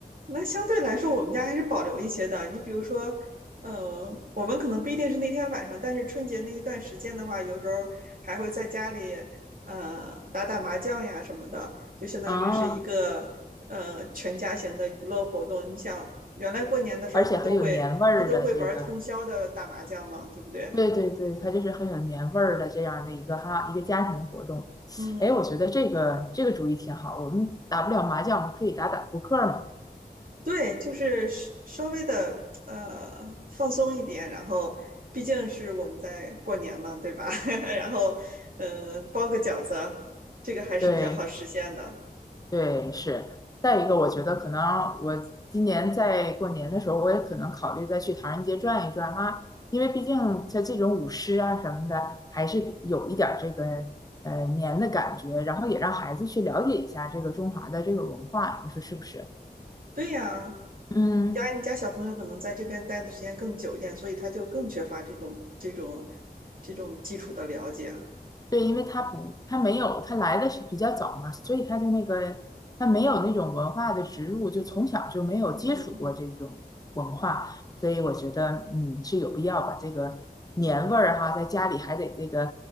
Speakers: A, on the right; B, on the left.
A: 那相对来说，我们家还是保留一些的。你比如说，呃，我们可能不一定是那天晚上，但是春节那一段时间的话，有时候还会在家里呃打打麻将呀什么的，就相当于是一个呃全家型的娱乐活动。
B: 啊，
A: 你想，原来过年的时候不都会不都会玩通宵的打麻将吗？
B: 而且很有年味儿的这个，
A: 对不对？
B: 对对对，它就是很有年味儿的这样的一个哈一个家庭活动。
A: 嗯，
B: 哎，我觉得这个这个主意挺好，我们打不了麻将，我们可以打打扑克嘛。
A: 对，就是稍微的呃放松一点，然后毕竟是我们在过年嘛，对吧？<laughs> 然后嗯、呃包个饺子，这个还是比较好实现的。
B: 对，对，是。再一个，我觉得可能我今年在过年的时候，我也可能考虑再去唐人街转一转哈，因为毕竟像这种舞狮啊什么的，还是有一点儿这个呃年的感觉，然后也让孩子去了解一下这个中华的这个文化，你说是不是？
A: 对呀，
B: 嗯，
A: 你家你家小朋友可能在这边待的时间更久一点，所以他就更缺乏这种这种这种基础的了解。
B: 对，因为他不，他没有，他来的是比较早嘛，所以他就那个，他没有那种文化的植入，就从小就没有接触过这种文化，
A: 嗯。
B: 所以我觉得，嗯，是有必要把这个年味儿哈，在家里还得这个，